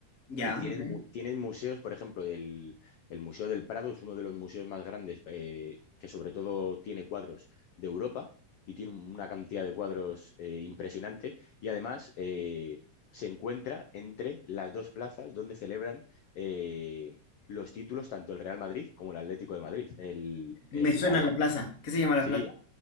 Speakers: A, on the left; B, on the left.
A: ya,
B: Y tienen,
A: ok.
B: mu- tienen museos, por ejemplo, el, el Museo del Prado es uno de los museos más grandes, eh, que sobre todo tiene cuadros de Europa y tiene una cantidad de cuadros eh, impresionante. Y además eh, se encuentra entre las dos plazas donde celebran eh, los títulos tanto el Real Madrid como el Atlético de Madrid. El,
A: Me
B: el,
A: suena
B: al-
A: la plaza. ¿Qué se llama la
B: sí,
A: plaza?